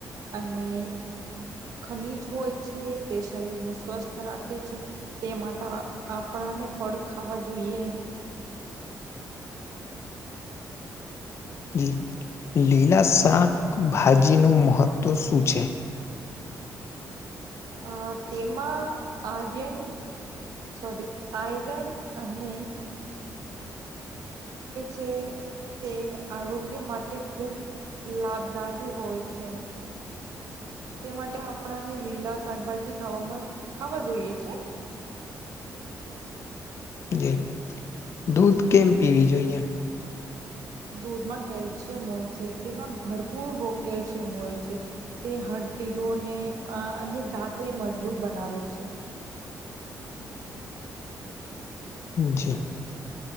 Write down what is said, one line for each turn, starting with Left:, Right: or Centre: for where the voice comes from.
Right: અને ખનીજ હોય છે તે શરીરને સ્વસ્થ રાખે છે તે માટે આપણાને ફળ ખાવા જોઈએ
Left: જ લીલા શાકભાજી નું મહત્વ શું છે.
Right: અ તેમાં આર્યન સોારી આઈરન અનેને છે. તે આરોગ્ય માટે ખુબ લાભદાયી હોય છે. તે માટે આપણાને લીલા શાકભાજી ખાવામાં ખાવા જોઈએ છે.
Left: જી દૂધ કેમ પીવી જોઈએ
Right: દૂધમાં કેલ્શિયમ હોય છે તેમાં ભરપૂર રોગ કેલ્શિયમ હોય છે. તે હડ્ડીઓને અ અને દાંતે મજબૂત બનાવે છે.
Left: જી